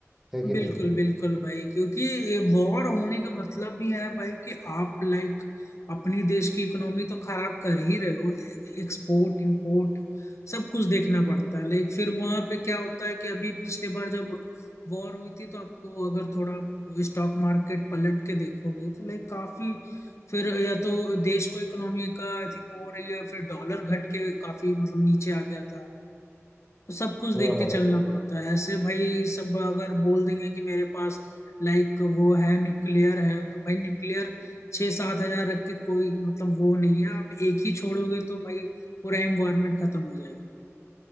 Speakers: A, in the centre; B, on the left.
A: है कि
B: बिल्कुल
A: नहीं
B: बिल्कुल भाई क्योंकि वॉर होने का मतलब भी है भाई कि आप लाइक अपनी देश की इकोनॉमी तो खराब कर ही रहे हो एक्सपोर्ट इंपोर्ट सब कुछ देखना पड़ता है लाइक फिर वहां पे क्या होता है कि अभी पिछले बार जब वॉर हुई थी तो आपको अगर थोड़ा आप स्टॉक मार्केट पलट के देखोगे तो लाइक काफी फिर या तो देश को इकोनॉमी का आई थिंक वो हो रही है फिर डॉलर घट के काफी मतलब नीचे आ गया था तो सब कुछ देख
A: हाँ
B: के
A: हाँ
B: चलना पड़ता है ऐसे भाई सब अगर बोल देंगे कि मेरे पास लाइक वो है न्यूक्लियर है तो भाई न्यूक्लियर छः सात हजार रख के कोई मतलब वो नहीं है आप एक ही छोड़ोगे तो भाई पूरा एनवायरमेंट खत्म हो जाएगा